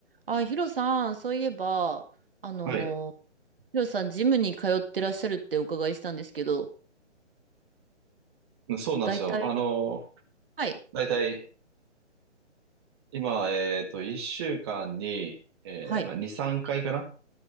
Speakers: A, on the right; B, on the right.
A: あ、ヒロさん、そういえば、あのー、
B: はい。
A: ヒロさん、ジムに通ってらっしゃるってお伺いしたんですけど、
B: そうなんですよ。
A: 大体、
B: あの、
A: はい、
B: だいたい今、えっと、1週間に、えーまあ、
A: はい、
B: 2、3回かいかな